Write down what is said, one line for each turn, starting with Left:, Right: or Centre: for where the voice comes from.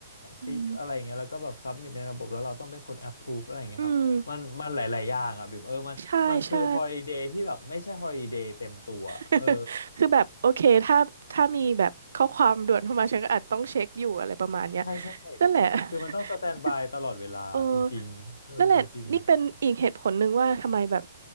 Right: อืม
Left: ซิกอะไรอย่างเงี้ยแล้วก็แบบซับมิ t ในระบบแล้วเราต้องเป็นคน approve อะไรอย่างเงี้ยครับมันมันหลายๆอย่างอ่ะบิมเออมันมันคือ
Right: อืมใช่ใช่
Left: holiday ที่แบบไม่ใช่ holiday เต็มตัวเออ
Right: <laughs> คือแบบโอเคถ้าถ้ามีแบบข้อความด่วนเข้ามาฉันก็อาจต้องเช็คอยู่อะไรประมาณเนี้ย
Left: ใช่ใช่
Right: นั่นแหละ <laughs>
Left: คือมันต้องสแตนบายตลอดเวลาจริงๆเออจริง
Right: เออนั่นแหละนี่เป็นอีกเหตุผลหนึ่งว่าทำไมแบบ